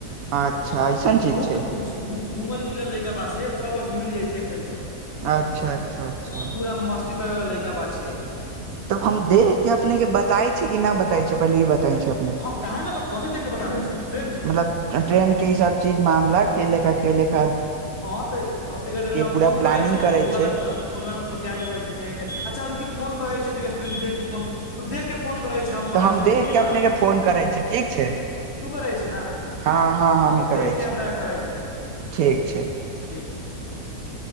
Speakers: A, on the right; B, on the left.
A: अच्छा अऐसन चीज छ
B: घुस घु घूमल मिलल लैकेा बासे सबस मिल जाइ छैय एक तनी मे।
A: अच्छा अच्छा अच्छा
B: पूरा मस्ती लैका बा छैय।
A: तब हम देख के अपने के बताय छैय कि नहि बताय छैय पहिले ई बताय छैय अपने।
B: हँ काहे ने बता कथी देख के बताबै छै ट्रेन के
A: मतलब ट्रेन के ई सब चीज मामला खेले का खेले का
B: हँ तऽ अ तैका देर मे हम
A: पूरा
B: फोन
A: प्लानिंग
B: करे छी नु
A: करै
B: त उ वला
A: छै
B: फोनवा मे बतिया लेबे छैय केके अच्छा रुकिए फोन करै छैय तैका तनि देख के फोन तू देख के फोन फोन करै छे हम
A: तऽ
B: करै छेय फ़ोन
A: देख
B: ठीक
A: के अपने
B: बा।
A: के फोन करै छी ठीक छै
B: तू करै छे ना
A: हँ हँ
B: ह
A: हमी
B: तऽ देख
A: करै
B: के
A: छी
B: हमरा के करै छैय।
A: ठीक छैय।
B: ठीक छैय ठीक छैय।